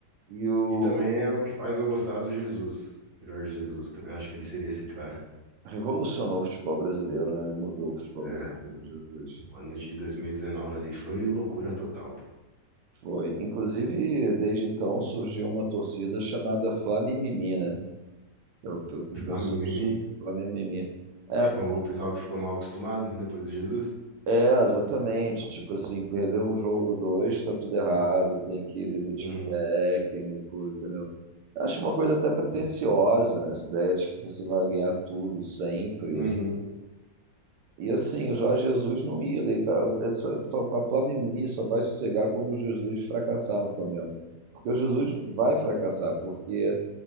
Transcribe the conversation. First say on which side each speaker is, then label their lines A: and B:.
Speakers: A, on the right; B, on the right.
A: E o
B: E também é o que faz eu gostar do Jesus, Jorge Jesus. Também acho que ele seria esse cara.
A: revolucionou o futebol brasileiro, né? Ele mudou o futebol
B: É,
A: brasileiro, Jesus.
B: o ano de 2019 ali foi loucura total, pô.
A: Foi. Inclusive, desde então surgiu uma torcida chamada Flamimimi, né? Que é o o que
B: <laughs>
A: o pessoal
B: Lá mimimi.
A: chama. Flamimimi. É,
B: Ficou
A: por-
B: o pessoal que ficou mal acostumado depois do Jesus.
A: é, exatamente. Tipo assim, perdeu um jogo, dois, tá tudo errado, tem que demitir
B: Uhum.
A: o técnico, entendeu? Eu Acho uma coisa até pretensiosa, né? Essa ideia de que você vai ganhar tudo sempre.
B: Uhum.
A: E assim, o Jorge Jesus não ia deitar. Essa, só- a Flamini só vai sossegar quando o Jesus fracassar no Flamengo. Porque o Jesus vai fracassar, porque